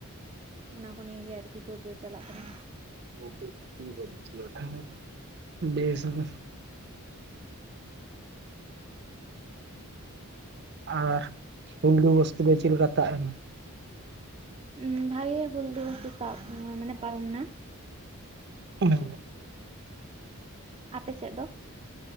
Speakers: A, on the right (about 25°); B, on the right (about 50°).
A: ᱚᱱᱟ ᱠᱚ ᱱᱤᱭᱮ ᱜᱮ ᱟᱨᱠᱤ ᱛᱳᱨ ᱡᱳᱨ ᱪᱟᱞᱟᱜ ᱠᱟᱱᱟ
B: <unintelligible> ᱵᱮᱥ ᱜᱮ ᱟᱨ ᱦᱩᱞ ᱫᱤᱵᱚᱥ ᱫᱚ ᱪᱮᱫ ᱞᱮᱠᱟ ᱛᱟᱵ ᱮᱱᱟ?
A: ᱩ ᱵᱷᱟᱜᱮ ᱦᱩᱞ ᱫᱤᱵᱚᱥ ᱛᱟᱵ ᱮᱱᱟ ᱢᱟᱱᱮ ᱯᱟᱨᱚᱢ ᱱᱟ ᱾
B: ᱚᱱᱟ
A: ᱟᱯᱮ ᱥᱮᱫ ᱫᱚ?